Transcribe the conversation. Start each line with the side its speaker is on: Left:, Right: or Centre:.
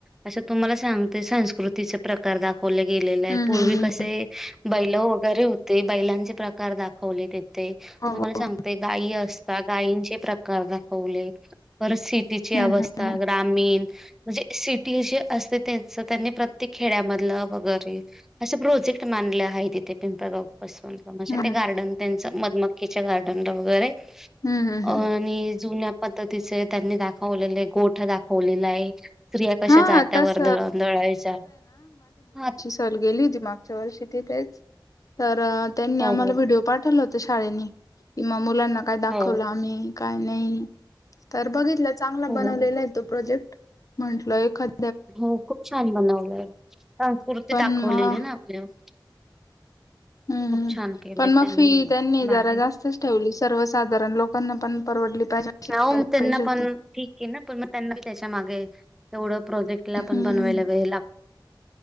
Centre: असं तुम्हाला सांगते संस्कृतीच. प्रकार दाखवले गेलेला आहे
Left: हम्म
Centre: पूर्वी
Left: हम्म
Centre: कसे बैल वगैरे होते बैलांचे प्रकार दाखवले तुम्हाला
Left: हो
Centre: सांगते
Left: हो
Centre: गायी असत गायींचे प्रकार दाखवले शेतीचे
Left: हम्म
Centre: अवस्था
Left: हम्म
Centre: ग्रामीण म्हणजे सिटी जे असते, त्याच त्यांनी प्रत्येक खेड्यामधलं वगैरे असे प्रोजेक्ट मानले हाय ते ते पिंपळगाव बसवल का म्हंजे
Left: हम्म
Centre: ते गार्डन त्यांचं मधमक्कीचे गार्डनला वगैरे.
Left: हम्म हम्म
Centre: अआणि
Left: हम्म
Centre: जुन्या पद्धतीचे त्यांनी दाखवलेले गोठ दाखवलेला आहे एक. स्त्रिया कशा
Left: हा
Centre: जात्यावर
Left: तस
Centre: दळण दळायच्या. हां
Left: काल गेली होती मागच्या वर्षी तिथेच, तरअ त्यांनी
Centre: हो
Left: आम्हाला
Centre: हो
Left: व्हिडओ पाठवलं होतं शाळेनी तुम्हा मुलांना काय दाखवलं
Centre: हो
Left: आम्ही काय नाही. तर बघितलं चांगला
Centre: हो
Left: बनवलेला
Centre: हो
Left: आहे तो प्रोजेक्ट. म्हंटलं एखाद
Centre: हो खूप छान बनवलंय. संस्कृती
Left: पण
Centre: दाखवलेली
Left: मग
Centre: ना आपल्यावर.
Left: हंम हंम,
Centre: छान केलं
Left: पण मग फी त्यांनी
Centre: भारी
Left: जरा जास्तच ठेवली सर्वसाधारण लोकांना पण परवडली पाहिजे. अशी ठेवायला
Centre: ह म तेना
Left: पाहिजे होती
Centre: पण ठीके ना पण मग त्यांना त्याच्या मागे तेवढं प्रोजेक्टला पण
Left: हम्म
Centre: बनवायला वळ लागत